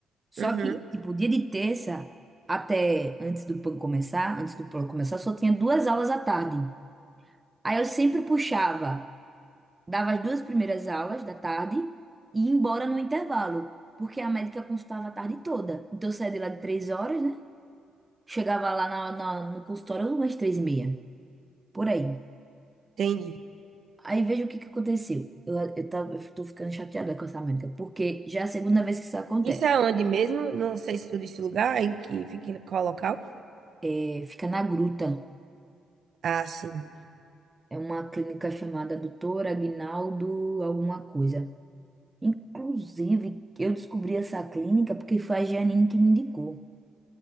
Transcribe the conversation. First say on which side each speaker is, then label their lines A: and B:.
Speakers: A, on the right (about 15°); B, on the right (about 55°).
A: Só
B: Uhum,
A: que, tipo, dia de terça, até antes do PAN começar, antes do PAN começar, só tinha duas aulas à tarde. Aí eu sempre puxava, dava as duas primeiras aulas da tarde e ia embora no intervalo, porque a médica consultava a tarde toda. Então eu saía de lá de três horas, né? Chegava lá na, na- no consultório umas três e meia, por aí.
B: entendi.
A: Aí veja o que que aconteceu. Eu, eu, tava, eu tô ficando chateada com essa médica, porque já é a segunda vez que isso acontece.
B: Isso é onde mesmo? Não sei se tu disse o lugar em que fica em qual local.
A: É, fica na Gruta.
B: Ah, sim.
A: É uma clínica chamada Doutor Aguinaldo alguma coisa. Inclusive, eu descobri essa clínica porque foi a Janine que me indicou.